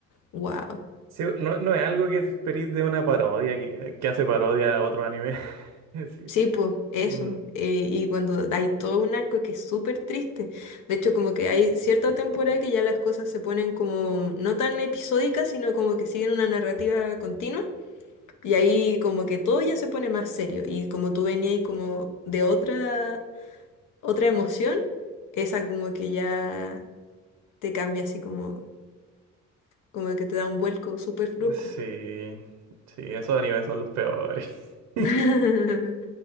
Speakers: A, on the left (about 90°); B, on the right (about 85°).
A: wow.
B: Sí, no, no es algo que te esperís de una parodia que, que hace parodia a otro anime. <laughs> Sí.
A: Sí, pues, eso.
B: Mm,
A: eh, y cuando hay todo un arco que es súper triste. De hecho, como que hay cierta temporada que ya las cosas se ponen como no tan episódicas, sino como que siguen una narrativa continua. Y ahí como que todo ya se pone más serio. Y como tú venías ahí como de otra, otra emoción, esa como que ya te cambia así como, como que te da un vuelco súper brusco.
B: sí. Sí, esos animes son los peores. <laughs>
A: <laughs>